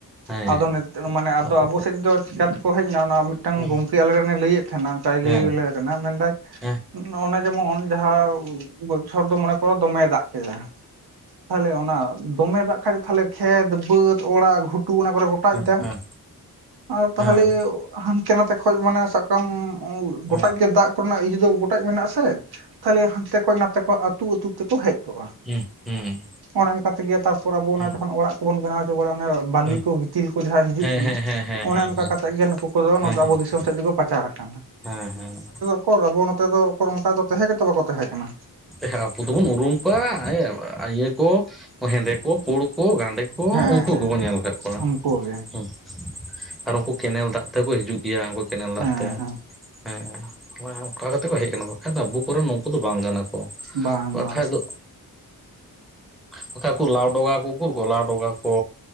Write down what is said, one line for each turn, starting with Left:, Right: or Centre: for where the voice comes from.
Centre: ᱦᱮᱸ
Right: ᱟᱫᱚ ᱱᱮᱛ ᱢᱟᱱᱮ ᱟᱫᱚ
Centre: ᱟᱯᱟᱛᱚᱛᱚ
Right: ᱟᱵᱚ ᱥᱮᱫ ᱫᱚ ᱪᱮᱠᱟᱛᱮᱠᱚ ᱦᱮᱡ ᱮᱱᱟ ᱚᱱᱟ ᱢᱤᱫᱴᱟᱝ
Centre: ᱦᱮᱸ
Right: ᱜᱚᱢᱠᱮ
Centre: ᱦᱮᱸ
Right: ᱟᱞᱮᱨᱮᱞᱮ ᱞᱟᱹᱭᱮᱜ ᱛᱟᱦᱮᱱᱟ᱾ ᱠᱟᱭ
Centre: ᱦᱮᱸ
Right: ᱞᱟᱹᱭ ᱟᱞᱮ ᱠᱟᱱᱟ ᱢᱮᱱᱫᱟᱭ
Centre: ᱦᱮᱸ
Right: ᱱᱚᱜᱱᱟᱼᱼ ᱡᱮᱢᱚᱱ ᱡᱟᱦᱟᱸ ᱵᱚᱪᱷᱚᱨ ᱫᱚ ᱢᱚᱱᱮ ᱠᱚᱨᱚ ᱫᱚᱢᱮ ᱫᱟᱜ ᱠᱮᱫᱟ ᱛᱟᱦᱚᱞᱮ ᱚᱱᱟᱼᱼ ᱫᱚᱢᱮ ᱫᱟᱜ ᱠᱷᱟ ᱫᱚ ᱛᱟᱦᱚᱞᱮ ᱠᱷᱮᱛ ᱵᱟᱹᱫᱽ ᱚᱲᱟᱜ ᱜᱷᱩᱴᱩ ᱚᱱᱟ ᱠᱚᱨᱮᱼᱼ ᱟᱡ
Centre: ᱦᱮᱸ
Right: ᱫᱟ ᱟᱨ ᱛᱟᱦᱚᱞᱮ
Centre: ᱦᱮᱸ
Right: ᱦᱟᱱᱛᱮ ᱱᱟᱛᱮ ᱠᱷᱚᱡ ᱢᱟᱱᱮ ᱥᱟᱵ ᱠᱟᱢᱼᱼ
Centre: ᱦᱮᱸ
Right: ᱜᱚᱴᱟ ᱜᱮ ᱫᱟᱜ ᱠᱚᱨᱮᱱᱟᱜ ᱤᱭᱟᱹᱩ ᱫᱚ ᱜᱚᱴᱟᱡ ᱢᱮᱱᱟᱜ ᱟᱥᱮ ᱛᱟᱦᱞᱮ ᱦᱟᱱᱛᱮ ᱠᱷᱚᱡ ᱱᱟᱛᱮ ᱠᱷᱚᱡ ᱟᱹᱛᱩ ᱟᱹᱛᱩ-ᱼ ᱛᱮᱠᱚ ᱦᱮᱡ ᱠᱚᱜᱼᱟ᱾
Centre: ᱦᱩᱸ ᱦᱩᱸ
Right: ᱚᱱᱮ ᱚᱱᱠᱟ ᱛᱮᱜᱮ ᱛᱟᱨᱯᱚᱨ ᱟᱵᱚ ᱚᱱᱟ
Centre: ᱦᱩᱸ
Right: ᱡᱚᱠᱷᱚᱱ ᱚᱲᱟᱜ ᱠᱚᱵᱚᱱ ᱵᱮᱱᱟᱣ ᱚᱪᱚ ᱵᱟᱞᱤ
Centre: ᱦᱩᱸ
Right: ᱠᱚ ᱜᱤᱛᱤᱞᱼᱼ ᱠᱩ ᱡᱟᱦᱟᱸ ᱦᱤᱡᱩᱜ
Centre: ᱦᱮᱸ
Right: ᱠᱟᱱᱟ
Centre: ᱦᱮᱸ ᱦᱮᱸ ᱦᱮᱸ
Right: ᱚᱱᱮ
Centre: ᱦᱮᱸ ᱦᱮᱸ ᱦᱮᱸ
Right: ᱚᱱᱠᱟ ᱠᱟᱛᱮᱜ ᱜᱮ ᱱᱩᱠᱩ ᱠᱚᱫᱚ ᱱᱚ ᱟᱵᱚ
Centre: ᱦᱮᱸ
Right: ᱫᱤᱥᱚᱢ ᱥᱮᱫ ᱛᱮᱠᱚ ᱯᱟᱪᱟᱨ ᱠᱟᱱᱟ᱾
Centre: ᱦᱮᱸ ᱦᱮᱸ
Right: ᱚᱠᱚᱨ ᱟᱵᱚ ᱱᱚᱛᱮ ᱫᱚ ᱚᱠᱚᱨ ᱚᱱᱠᱟ ᱫᱚ ᱛᱟᱦᱮᱸ ᱜᱮᱛᱚ ᱵᱟᱠᱚ ᱛᱟᱦᱮᱸ ᱠᱟᱱᱟ᱾
Centre: ᱦᱮ ᱟᱵᱚ ᱫᱚᱵᱚᱱ ᱩᱨᱩᱢ ᱠᱚᱣᱟ ᱮ ᱤᱭᱟᱹ ᱠᱚ ᱦᱮᱸᱫᱮ ᱠᱚ ᱯᱩᱲ ᱠᱚ ᱜᱟᱸᱰᱮᱼᱼ ᱠᱩ
Right: ᱦᱮᱸ
Centre: ᱩᱱᱠᱩ
Right: ᱦᱮᱸ
Centre: ᱜᱮᱵᱚᱱ ᱧᱮᱞ ᱠᱟᱫ ᱠᱚᱣᱟ
Right: ᱩᱱᱠᱩ ᱜᱮ
Centre: ᱦᱩᱸ᱾ ᱟᱨ ᱩᱱᱠᱩ ᱠᱮᱱᱮᱞ ᱫᱟᱜ ᱛᱮᱠᱚ ᱦᱤᱡᱩᱜ ᱜᱮᱭᱟ ᱩᱱᱠᱩ ᱠᱮᱱᱮᱞ ᱫᱟᱜ
Right: ᱦᱮᱸ
Centre: ᱛᱮ
Right: ᱦᱮᱸ
Centre: ᱦᱮᱸ ᱚᱱᱠᱟ ᱠᱟᱛᱮ ᱠᱚ ᱦᱮᱡ ᱵᱟᱠᱷᱟᱡ ᱫᱚ ᱟᱵᱚ ᱠᱚᱨᱮ ᱱᱩᱠᱩ ᱫᱚ ᱵᱟᱝ ᱠᱟᱱᱟ ᱠᱚ
Right: ᱵᱟᱝ
Centre: ᱵᱟᱠᱷᱟᱡ
Right: ᱵᱟᱝ
Centre: ᱫᱚ ᱵᱟᱠᱷᱟᱡ ᱠᱩ ᱞᱟᱣᱰᱟ ᱩᱠᱩᱨ ᱠᱩ ᱞᱟᱣᱰᱚᱜᱟ ᱠᱩ